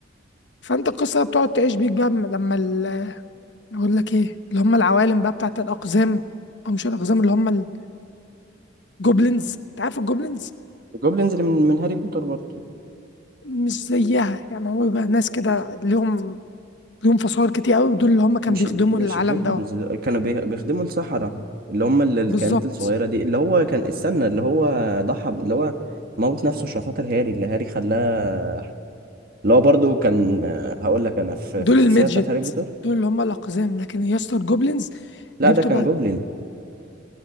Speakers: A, on the left; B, on the right.
A: فانت القصة بتقعد تعيش بيك بقى م- لما ال- اقول لك ايه اللي هم العوالم بقى بتاعت الأقزام أو مش الأقزام اللي هم الجوبلينز انت عارف الجوبلينز
B: الجوبلينز اللي من, من هاري بوتر برضه
A: مش زيها يعني هو بيبقى ناس كده ليهم ليهم فصائل كتير قوي دول اللي هم كانوا
B: مش
A: بيخدموا
B: مش
A: العالم
B: الجوبلينز
A: ده
B: دول، كانوا بي- بيخدموا السحرة اللي هم ال- الكائنات
A: بالظبط
B: الصغيرة دي اللي هو كان استنى اللي هو ضحى ب- اللي هو موت نفسه عشان خاطر هاري اللي هاري خلاه اللي هو برضه كان آه، هقول لك انا في
A: دول
B: في السلسلة
A: الميدجت
B: بتاعت هاري بوتر
A: دول اللي هم الاقزام لكن يا اسطى الجوبلينز
B: لا
A: دي
B: ده
A: بتبقى
B: كان جوبلين